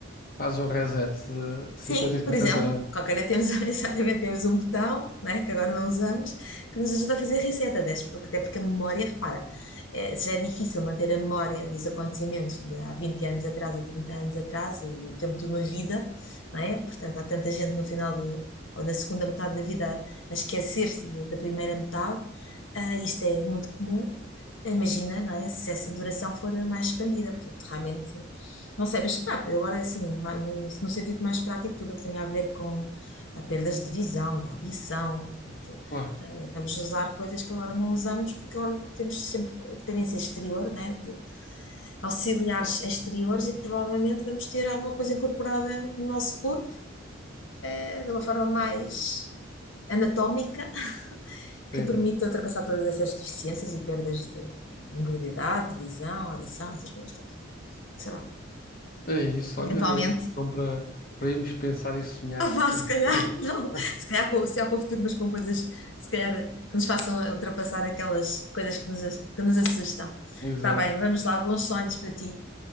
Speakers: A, on the left; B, on the left.
A: Faz o reset de, de
B: Sim,
A: 50 e 50
B: por exemplo,
A: anos.
B: qualquer dia temos <laughs> exatamente temos um botão, né, que agora não usamos, que nos ajuda a fazer reset, até porque, até porque a memória, repara, eh, se já é difícil manter a memória dos acontecimentos de há 20 anos atrás, ou 30 anos atrás, ou do tempo de uma vida, não é? Portanto, há tanta gente no final de, ou na segunda metade da vida a a esquecer-se de- da primeira metade, ah, isto é muito comum. Imagina, não é? Se essa duração for a mais expandida, portanto, realmente. Não sei, mas pá, agora assim, ma- no no sentido mais prático, tudo o que tem a ver com ah, perdas de visão, de audição, portanto,
A: Claro,
B: ah, vamos usar coisas que agora não usamos, porque agora temos sempre co- dependência exterior, né, de auxiliares exteriores, e provavelmente vamos ter alguma coisa incorporada no nosso corpo, eh, de uma forma mais anatómica, que
A: sim.
B: permita ultrapassar todas essas deficiências e perdas de mobilidade, visão, audição, essas coisas todas. Sei lá,
A: É isso,
B: eventualmente.
A: olha, é uma boa opção para, para irmos pensar e sonhar.
B: Ah, vá,
A: <laughs>
B: se calhar, <laughs> não. Se calhar, com, se calhar com o futuro, mas com coisas, se calhar, que nos façam ultrapassar aquelas coisas que nos, que nos assustam.
A: Exato.
B: Tá bem, vamos lá. Bons sonhos para ti.